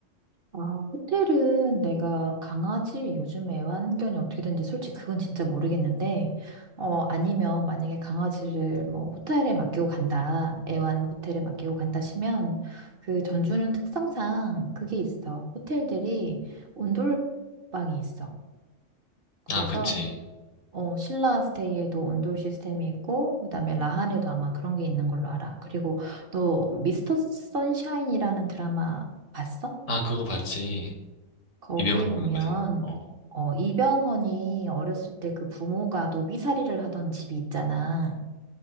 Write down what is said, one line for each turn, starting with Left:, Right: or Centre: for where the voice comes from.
Right: 아, 호텔은 내가 강아지 요즘 애완견이 어떻게 되는지 솔직히 그건 진짜 모르겠는데, 어, 아니면 만약에 강아지를 뭐 호텔에 맡기고 간다, 애완 호텔에 맡기고 간다 시면, 그 전주는 특성상 그게 있어. 호텔들이 온돌방이 있어. 그래서,
Left: 아, 그치.
Right: 어, 신라 스테이에도 온돌 시스템이 있고, 그다음에 라한에도 아마 그런 게 있는 걸로 알아. 그리고 너 미스터 선샤인이라는 드라마 봤어?
Left: 아, 그거 봤지.
Right: 거기에
Left: 입에만
Right: 보면
Left: 나오는 거잖아. 어.
Right: 어, 이병헌이 어렸을 때 그 부모가 노비살이를 하던 집이 있잖아.